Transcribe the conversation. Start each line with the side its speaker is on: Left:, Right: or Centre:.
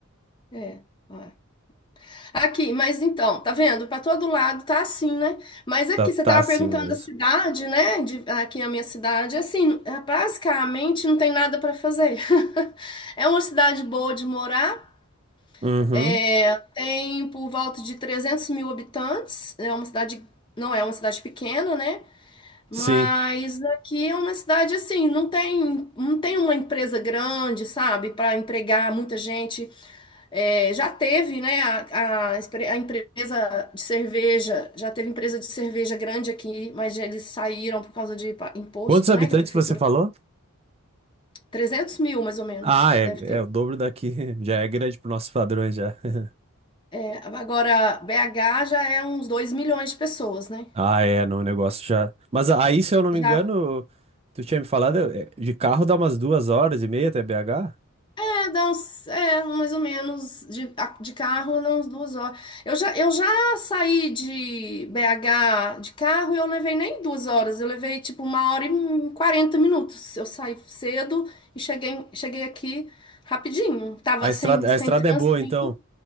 Left: É. é. Aqui, mas então, tá vendo? Pra todo lado tá assim, né? Mas aqui,
Right: Tá, tá
Left: você tava
Right: assim
Left: perguntando
Right: mesmo.
Left: da cidade, né? De- aqui a minha cidade, assim, é, basicamente não tem nada pra fazer. <laughs> É uma cidade boa de morar,
Right: Uhum.
Left: é, tem por volta de 300 mil habitantes, é uma cidade, não é uma cidade pequena, né? Mas
Right: Sim.
Left: aqui é uma cidade assim, não tem, não tem uma empresa grande, sabe, para empregar muita gente. É, já teve, né, a, a espre- a empresa de cerveja, já teve empresa de cerveja grande aqui, mas eles saíram por causa de pa- imposto,
Right: Quantos habitantes
Left: né, que a prefeitura,
Right: você falou?
Left: 300 mil mais ou menos,
Right: Ah,
Left: que
Right: é,
Left: deve ter.
Right: é o dobro daqui. <laughs> Já é grande para nossos padrões já. <laughs>
Left: É, agora, BH já é uns 2 milhões de pessoas, né?
Right: Ah, é, não, o negócio já. Mas aí, se eu não me
Left: Já,
Right: engano, tu tinha me falado, é, de carro dá umas duas horas e meia até BH?
Left: É, dá uns, é, mais ou menos, de, a- de carro, dá uns duas horas. Eu já, eu já saí de BH de carro e eu levei nem duas horas, eu levei tipo uma hora e quarenta minutos. Eu saí cedo e cheguei, cheguei aqui rapidinho. Tava
Right: A estrada,
Left: sem, sem
Right: a estrada
Left: trânsito
Right: é boa,
Left: nenhum.
Right: então.